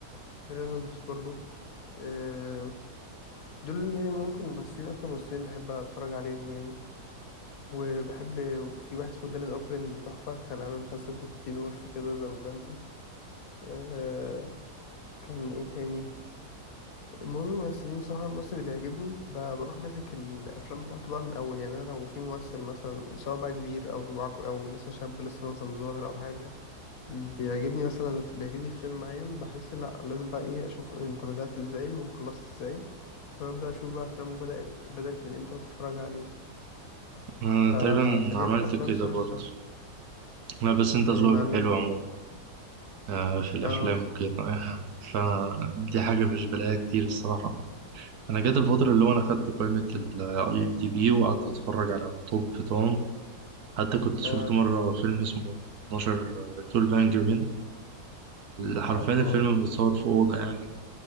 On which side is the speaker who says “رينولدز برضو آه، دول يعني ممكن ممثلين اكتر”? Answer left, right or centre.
Left